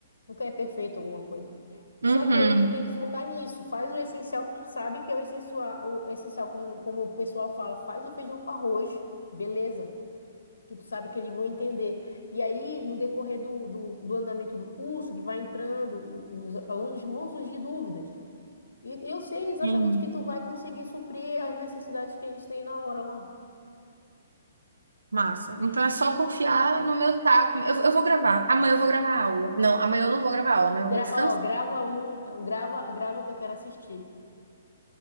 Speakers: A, on the left (about 70°); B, on the right (about 75°).
A: nunca é perfeito alguma coisa. Só
B: Uhum.
A: que aí tu tem que focar nisso. Faz o essencial que tu sabe que é o essencial, o essencial como, como o pessoal fala, faz o feijão com arroz, beleza? que tu sabe que eles vão entender. E aí, no decorrer do, do, do andamento do curso, que vai entrando, o- os alunos vão surgir dúvidas. E eu sei exatamente
B: Sim.
A: que tu vai conseguir suprir as necessidades que eles têm na hora lá.
B: Massa. Então é só confiar no meu taco. Eu, eu vou gravar. Amanhã eu vou gravar aula. Não, amanhã eu não vou gravar aula. Amanhã
A: Gra-
B: eu vou descansar.
A: ó, grava um, grava, grava que eu quero assistir.